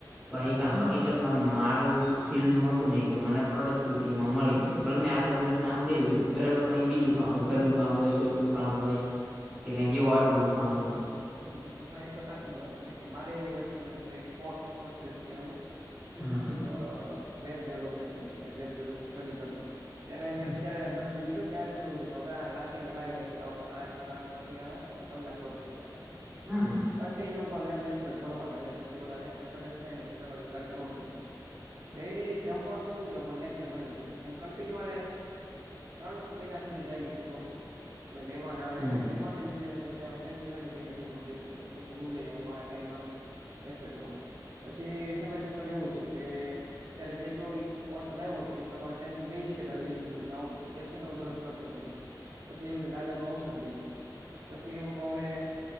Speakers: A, in the centre; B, on the right.
A: પણ એ કામ હકીકત મારું ફીલ હતું નહિ કે, મને પ્રોડક્ટિવિટી મળી નથી, પણ મેં આખો દિવસ કામ કર્યું હોય છે, બરાબર, પણ એ બીજું કામ હોય, ઘરનું કામ હોય કો નું કામ હોય કે, કઈ આડુ અવળું કામ હોય.
B: સમજી ગયો ના, એ તો સાચી જ વાત છે કે, મારે એવું એક સમય મેં કોર્સ પરચેસ કર્યો તો.
A: હા હા
B: એક વેબ ડેવલપમેન્ટ નો, વેબ ડેવલપમેન્ટ સ્ટડી કરતો. અત્યારે
A: હમ
B: મે, અત્યારે બ લીધો ત્યારે. એવું કીધું, હવે રાતેને લાઈવ લેકચર આવતા, આઠ-સાડા આઠ વાગે આવે, કલાક દોઢ કલાક. <unintelligible> લાઈ
A: હમ
B: લેક્ચર જ ભવા છે, પી ઓ લેચર કલેક્ટ થાય ને, એવું કઈ કરવાનું જ નથી. ડેલી જમવાનું મૂકી દો, લેક્ચર ભરી દેતો, એમ કિન્યુ ત્રણ મહિના સુધી ચાલું પ્રોસેસ, કોઈ મહેમાન આવે
A: હમ
B: તો, મહેમાન ને નીચે બીજા બેસા દે, હું નહી મારા ટાઈમ મા લેચર જો પછી સમ એવું થું કે ત્યારે જેટલો કોર્સ લ્યો હતો, એ પ્રમાણે ત્યારે બેજી, એ બધું મને આવતું હતું, તેમ છતાં હું પડતો પછી એવું છે, દાદા નું અવસાન થઈ ગયું, પછી એવું હવે